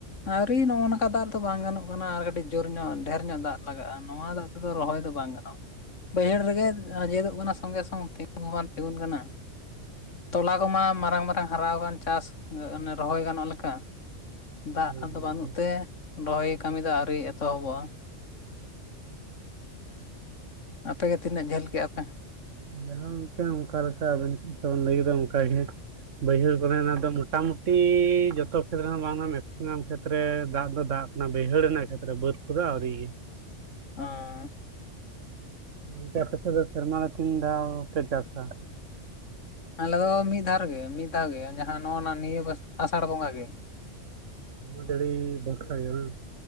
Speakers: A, on the left (about 80°); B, on the right (about 80°).
A: ᱟᱹᱣᱨᱤ ᱱᱚᱜᱼᱚ ᱱᱚᱝᱠᱟ ᱫᱟᱜ ᱫᱚ ᱵᱟᱝ ᱜᱟᱱᱚᱜ ᱠᱟᱱᱟ ᱟᱨ ᱠᱟᱹᱴᱤᱡ ᱡᱳᱨ ᱧᱚᱜ ᱰᱷᱮᱨ ᱧᱚᱜ ᱫᱟᱜ ᱞᱟᱜᱟᱜᱼᱟ ᱱᱚᱣᱟ ᱫᱟᱜ ᱟᱫᱚ ᱨᱚᱦᱚᱭ ᱫᱚ ᱵᱟᱝ ᱜᱟᱱᱚᱜᱼᱟ᱾ ᱵᱟᱹᱭᱦᱟᱹᱲ ᱨᱮᱜᱮ ᱟᱸᱡᱮᱫᱚᱜ ᱠᱟᱱᱟ ᱥᱚᱝᱜᱮ ᱥᱚᱝ ᱛᱤᱸᱜ ᱦᱚᱸ ᱵᱟᱝ ᱛᱤᱸᱜᱩᱱ ᱠᱟᱱᱟ᱾ ᱛᱚᱞᱟ ᱠᱚᱢᱟ ᱢᱟᱨᱟᱝ ᱢᱟᱨᱟᱝ ᱦᱟᱨᱟᱣ ᱟᱠᱟᱱ ᱠᱟᱱ ᱪᱟᱥ ᱚᱱᱮ ᱨᱚᱦᱚᱭ ᱜᱟᱱᱚᱜ ᱞᱮᱠᱟ᱾ ᱫᱟᱜ
B: ᱦᱳᱭ
A: ᱟᱫᱚ
B: ᱦᱳᱭ
A: ᱵᱟᱹᱱᱩᱜ
B: ᱦᱳᱭ
A: ᱛᱮ ᱵᱚᱦᱚᱭ ᱠᱟᱹᱢᱤ ᱫᱚ ᱟᱹᱣᱨᱤ ᱮᱛᱚᱦᱚᱵᱚᱜᱼᱟ᱾ ᱟᱯᱮᱜᱮ ᱛᱤᱹᱜ ᱡᱟᱹᱞ ᱠᱮᱜᱼᱟ ᱯᱮ?
B: ᱢᱟᱦᱟᱸ ᱞᱮᱠᱟ ᱚᱱᱠᱟ ᱞᱮᱠᱟ ᱟᱵᱮᱱ ᱡᱮᱢᱚᱱ ᱞᱟᱹᱭ ᱠᱮᱫᱟ ᱚᱱᱠᱟᱟᱜᱮ ᱵᱟᱹᱭᱦᱟᱹᱲ ᱠᱚᱨᱮ ᱚᱱᱟ ᱫᱚ ᱢᱩ ᱢᱚᱴᱟᱢᱩᱴᱤ ᱡᱚᱛᱚ ᱠᱷᱮᱛᱨᱮ ᱦᱚᱸ ᱵᱟᱝ ᱢᱟ ᱢᱮᱠᱥᱤᱢᱟᱢ ᱠᱷᱮᱛᱨᱮ ᱫᱟᱜ ᱫᱚ ᱫᱟᱜ ᱠᱟᱱᱟ ᱵᱟᱹᱭᱦᱟᱹᱲ ᱨᱮᱱᱟᱜ ᱠᱷᱮᱛᱨᱮ ᱵᱟᱹᱫᱽ ᱴᱟ ᱠᱩᱫᱚ ᱟᱹᱣᱨᱤ
A: ᱟᱸ
B: ᱚᱱᱛᱮ ᱠᱚᱥᱮᱜ ᱫᱚ ᱥᱮᱨᱢᱟᱹ ᱨᱮ ᱛᱤᱱ ᱫᱷᱟᱣ ᱯᱮ ᱪᱟᱥᱟ?
A: ᱟᱞᱮ ᱫᱚ ᱢᱤᱫ ᱫᱷᱟᱣ ᱨᱮᱜ ᱢᱤᱫ ᱫᱷᱟᱣ ᱜᱮ ᱡᱟᱦᱟᱸ ᱱᱚᱜᱼᱱᱟ ᱱᱤᱭᱟᱹ ᱵᱟᱥ ᱟᱥᱟᱲ ᱵᱚᱸᱜᱟ ᱜᱮ᱾
B: ᱩᱞ ᱡᱟᱹᱲᱤ ᱵᱟᱸᱠᱷᱟᱱ ᱦᱩᱭᱩᱜ ᱦᱟᱝ